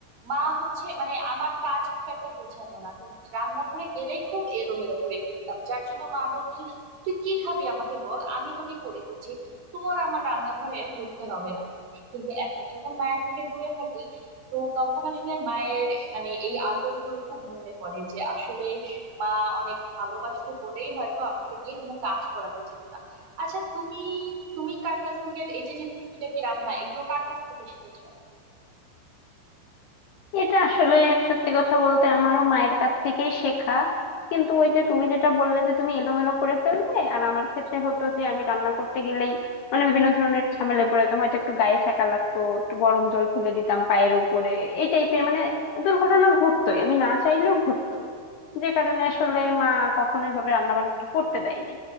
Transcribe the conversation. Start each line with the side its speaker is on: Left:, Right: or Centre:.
Right: মা হচ্ছে মানে আমার কাজ খুব একটা গোছানো না তো রান্নাঘরে গেলেই খুব এলোমেলো করে ফেলতাম যার জন্য মা বলতো যে তুই কি খাবি আমাকে বল আমি তোকে করে দিচ্ছি তোর আমার রান্নাঘরে ঢুকতে হবে না কিন্তু এখন যখন মায়ের থেকে দূরে থাকি তো তখন আসলে মায়ের মানে এই আদর গুলো খুব মনে পড়ে যে আসলে মা অনেক ভালোবাসতো বলেই হয়তো আমাকে দিয়ে কোনো কাজ করাতে যেত না আচ্ছা তুমি তুমি কার কাছ থেকে এই যে যে টুকিটাকি রান্না এগুলো কার কাছ থেকে শিখেছো
Left: এটা আসলে সত্যি কথা বলতে আমারও মায়ের কাছ থেকেই শেখা কিন্তু ওই যে তুমি যেটা বললে যে তুমি এলোমেলো করে ফেলতে আর আমার ক্ষেত্রে হতো যে আমি রান্না করতে গেলেই মানে বিভিন্ন ধরনের ঝামেলায় পড়ে যেতাম হয়তো একটু গায়ে সেকা লাগতো একটু গরম জল ফেলে দিতাম পায়ের উপরে এই টাইপের মানে দুর্ঘটনা ঘটতোই আমি না চাইলেও ঘটতো যে কারণে আসলে মা কখনোই ভাবে রান্না বান্নাটা করতে দেয়নি